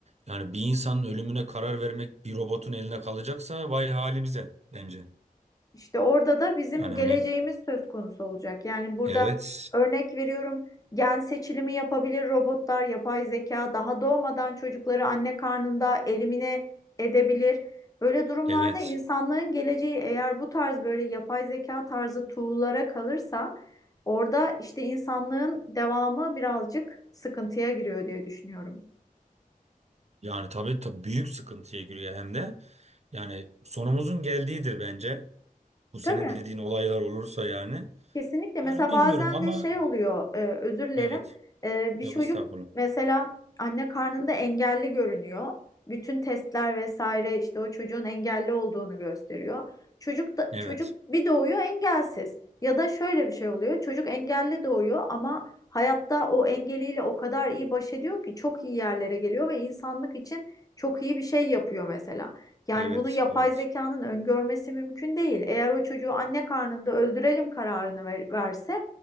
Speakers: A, on the right (about 45°); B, on the left (about 25°).
A: Yani bir insanın ölümüne karar vermek bir robotun eline kalacaksa vay halimize bence.
B: İşte orada da bizim
A: Yani
B: geleceğimiz
A: hani
B: söz konusu olacak. Yani burada
A: evet,
B: örnek veriyorum gen seçilimi yapabilir robotlar, yapay zeka daha doğmadan çocukları anne karnında elimine edebilir. Böyle durumlarda
A: evet.
B: insanlığın geleceği eğer bu tarz böyle yapay zeka tarzı tool'lara kalırsa orada işte insanlığın devamı birazcık sıkıntıya giriyor diye düşünüyorum.
A: Yani tabii, tabii büyük sıkıntıya giriyor hem de. Yani sonumuzun geldiğidir bence. Bu senin
B: Tabii.
A: dediğin olaylar olursa yani.
B: Kesinlikle. Mesela
A: Yani bilmiyorum
B: bazen
A: ama
B: de şey oluyor, e, özür dilerim.
A: evet.
B: E, bir
A: Yok
B: çocuk
A: estağfurullah.
B: mesela anne karnında engelli görünüyor. Bütün testler vesaire işte o çocuğun engelli olduğunu gösteriyor. Çocuk da
A: Evet.
B: çocuk bir doğuyor engelsiz. Ya da şöyle bir şey oluyor. Çocuk engelli doğuyor ama hayatta o engeliyle o kadar iyi baş ediyor ki çok iyi yerlere geliyor ve insanlık için çok iyi bir şey yapıyor mesela. Yani
A: Evet.
B: bunu yapay
A: Evet.
B: zekanın öngörmesi mümkün değil. Eğer o çocuğu anne karnında öldürelim kararını ver- verse